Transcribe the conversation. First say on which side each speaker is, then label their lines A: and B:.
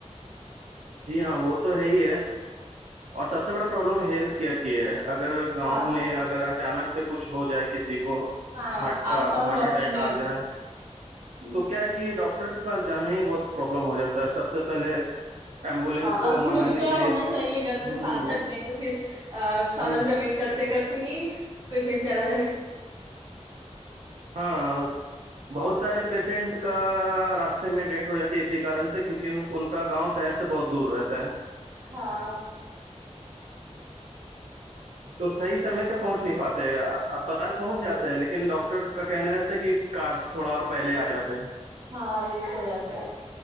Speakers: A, on the right; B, on the right.
A: جی ہاں وہ تو ہے ہی ہے اور سب سے بڑا پرابلم ہیلتھ کیئر کی ہے اگر گاؤں
B: ہاں
A: میں اگر اچانک سے کچھ ہو جائے کسی کو
B: ہاں
A: ہارٹ کا
B: آس پاس
A: ہارٹ
B: ڈاکٹر
A: اٹیک
B: نہیں ہوتے
A: آ جائے
B: ہوں،
A: تو کیا ہے کہ ڈاکٹر کے پاس جانا ہی بہت پروابلم ہو جاتا ہے سب سے پہلے ایمبولینس
B: ہاں
A: کو
B: اور دود
A: منگانے
B: کا
A: کے لیے
B: ہونا
A: ہوں
B: چاہیے گھر میں سے سادن
A: ہوں
B: نہیں تو پھر سادن
A: ہوں
B: کا ویٹ کرتے کرتے ہی پیشنٹ چلا جائے
A: ہاں بہت سارے پیشنٹ کا راستے میں ڈیھ ہو جاتی ہے اسی کن سے کیونکہ ان ان کا گاؤں شہر سے بہت دور رہتا ہے
B: ہاں
A: تو صحی سمے پہ پہنچ نہیں پاتے ہیں اسپتال پہنچ جاتے ہیں لیکن ڈاکٹر کا کہنا ہے تھا کہ کاس تھوڑا اور پہلے آ جاتے ہیں
B: ہاں لیٹ ہو جاتا ہے